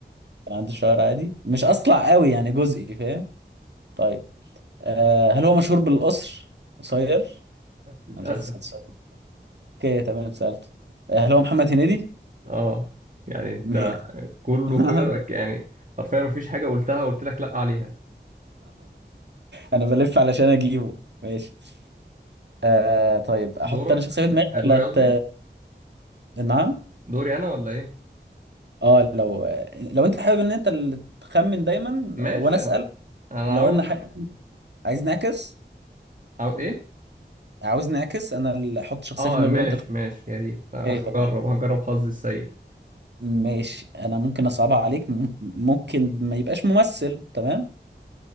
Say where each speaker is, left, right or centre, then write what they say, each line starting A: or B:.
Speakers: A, on the right; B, on the right.
A: كان عندي شعر عادي مش اصلع قوي يعني جزئي فاهم طيب آه هل هو مشهور بالقصر قصير
B: <laughs> للاسف
A: انا مش عارف اسال السؤال ده. اوكي تمام سالته آه هل هو محمد هنيدي
B: اه يعني انت
A: ماشي
B: كله
A: <laughs>
B: كده يعني حرفيا مفيش حاجة قلتها قلت لك لأ عليها
A: انا بلف علشان اجيبه ماشي آه طيب احط
B: دورك
A: انا شخصيه في دماغي
B: آه، دوري
A: ولا
B: قصدي
A: ت... نعم
B: دوري أنا ولا إيه؟
A: اه لو لو انت حابب ان انت اللي تخمن دايما
B: ماشي
A: آه، وانا اسال
B: أنا أنا
A: لو
B: عاوز
A: انا حابب عايز نعكس
B: أو إيه؟
A: عاوزني اعكس انا اللي احط شخصيه
B: أه
A: في دماغي
B: ماشي
A: وانت تخ-
B: ماشي يا ريت آه،
A: إيه،
B: <laughs> هجرب
A: تمام
B: هجرب حظي السيء
A: ماشي انا ممكن اصعبها عليك م- ممكن ما يبقاش ممثل تمام